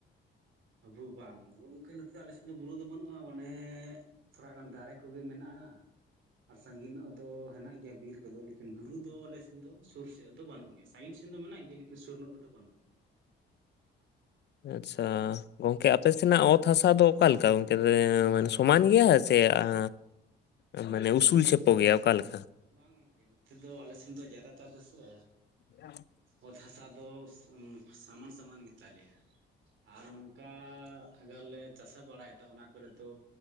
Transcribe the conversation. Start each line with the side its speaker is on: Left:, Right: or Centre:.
Right: ᱟᱵᱩ ᱵᱟᱝ ᱜᱚᱝᱠᱮ ᱱᱚᱛᱮ ᱟᱞᱮᱥᱮᱫ ᱫᱚ ᱵᱩᱨᱩ ᱫᱚ ᱵᱟᱹᱱᱩᱜᱼᱟ, ᱚᱱᱮᱻᱜ ᱛᱷᱚᱨᱟ ᱜᱟᱱ ᱫᱟᱨᱮ ᱠᱚᱜᱮ ᱢᱮᱱᱟᱜᱼᱟ᱾ ᱟᱨ ᱥᱟᱺᱜᱤᱧ ᱱᱚᱜ ᱫᱚ ᱦᱮᱸᱱᱟᱜ ᱜᱮᱭᱟ ᱵᱤᱨ ᱠᱚᱫᱚ, ᱞᱮᱠᱤᱱ ᱵᱩᱨᱩ ᱫᱚ ᱟᱞᱮ ᱥᱮᱱ ᱫᱚ ᱥᱩᱨ ᱥᱮᱫ ᱫᱚ ᱵᱟᱹᱱᱩᱜ ᱜᱮᱭᱟ, ᱥᱟᱺᱜᱤᱱ ᱥᱮᱱ ᱫᱚ ᱢᱮᱱᱟᱜ ᱜᱮᱭᱟ, ᱞᱮᱠᱤᱱ ᱥᱩᱨ ᱱᱚᱜ ᱨᱮᱫᱚ ᱵᱟᱹᱱᱩᱜᱼᱟ᱾
Left: ᱟᱪᱪᱷᱟ ᱜᱚᱝᱠᱮ ᱟᱯᱮ ᱥᱮᱱᱟᱜ ᱚᱛ ᱦᱟᱥᱟ ᱫᱚ ᱚᱠᱟ ᱞᱮᱠᱟ, ᱜᱚᱝᱠᱮᱫᱮ ᱮᱸ ᱥᱚᱢᱟᱱ ᱜᱮᱭᱟ ᱥᱮ, ᱟᱸ ᱮᱸ ᱢᱟᱱᱮ ᱩᱥᱩᱞ ᱪᱷᱮᱯᱚ ᱜᱮᱭᱟ ᱚᱠᱟ ᱞᱮᱠ
Right: ᱵᱟᱝ ᱜᱚᱝᱠᱮ, ᱱᱚᱛᱮ ᱫᱚ ᱟᱞᱮ ᱥᱮᱱ ᱫᱚ ᱡᱟᱫᱟᱛᱟᱨ ᱫᱮᱥᱮ
Left: <inaudible>
Right: ᱚᱛ ᱦᱟᱥᱟ ᱫᱚ ᱥᱚᱢ ᱥᱟᱢᱟᱱ ᱥᱟᱢᱟᱱ ᱜᱮ ᱛᱟᱞᱮᱭᱟ᱾ ᱟᱨ ᱱᱚᱝᱠᱟ ᱟᱜᱟᱨ ᱞᱮ ᱪᱟᱥᱟ ᱵᱟᱲᱟᱭᱮᱫ ᱛᱮ ᱚᱱᱟᱠ ᱠᱚᱨᱮ ᱛᱚ